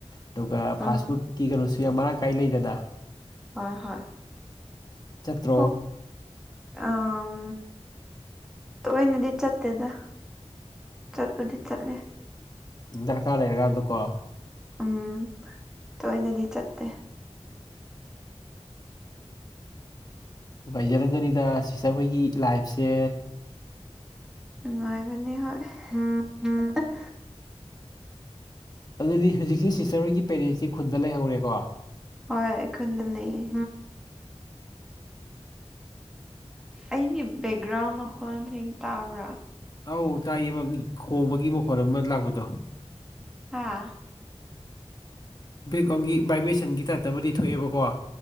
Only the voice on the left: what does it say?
ꯑꯗꯨꯒ
ꯐꯥꯁ ꯐꯨꯗꯀꯤ ꯀꯩꯅꯣꯁꯨ ꯌꯥꯝ ꯃꯔꯥꯡ ꯀꯥꯏ ꯂꯩꯗꯅ
ꯆꯠꯇ꯭ꯔꯣ
ꯗꯔꯀꯥꯔ ꯂꯩꯔꯀꯥꯟꯗꯀꯣ
ꯎꯝ ꯅꯨꯡꯉꯥꯏꯖꯔꯒꯅꯤꯗ ꯁꯤꯁꯇꯔ ꯍꯣꯏꯒꯤ ꯂꯥꯏꯐꯁꯦ
ꯑꯗꯨꯗꯤ ꯍꯧꯖꯤꯛꯁꯦ ꯁꯤꯁꯇꯔ ꯍꯣꯏꯒꯤ ꯄꯦꯔꯦꯟꯁꯁꯤ ꯈꯨꯟꯗ ꯂꯩꯍꯧꯔꯦꯀꯣ
ꯑꯧ ꯇꯥꯏꯌꯦ ꯑꯃ ꯈꯣꯡꯕꯒꯤ ꯃꯈꯣꯜ ꯑꯃ ꯂꯥꯛꯄꯗꯣ
ꯕꯦꯛ ꯑꯝꯒꯤ ꯚꯥꯏꯕ꯭ꯔꯦꯁꯟꯒꯤ ꯇꯥꯏꯞꯇ ꯑꯃꯗꯤ ꯊꯣꯛꯑꯦꯕꯀꯣ